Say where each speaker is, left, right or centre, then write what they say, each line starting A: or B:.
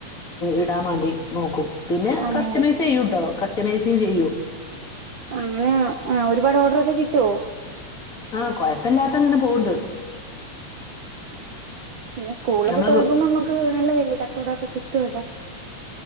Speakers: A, on the left; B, on the right.
A: ഇടാൻ വേണ്ടി നോക്കും പിന്നെ
B: ആന്നല്ലേ
A: കസ്റ്റമൈസ് ചെയ്യും ട്ടോ കസ്റ്റമേസും ചെയ്യും
B: അങ്ങനെ ആ ഒരുപാട് ഓർഡറൊക്കെ കിട്ടുവോ?
A: ആ കൊഴപ്പില്ലാത്ത അങ്ങനെ പോവ്ണ്ട്.
B: പിന്നെ സ്കൂളൊക്കെ
A: നമ്മള്
B: തുറക്കുമ്പോ മ്മക്ക് നല്ലതല്ലേ കച്ചവടക്കെ കിട്ടുവല്ലേ